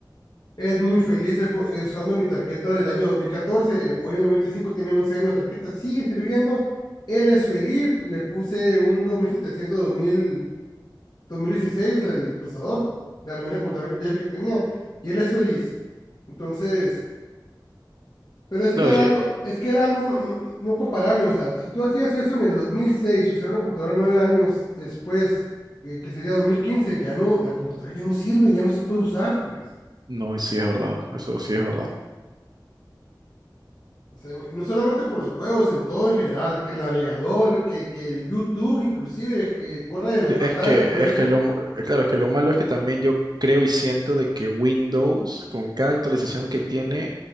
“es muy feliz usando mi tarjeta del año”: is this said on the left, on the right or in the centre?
Left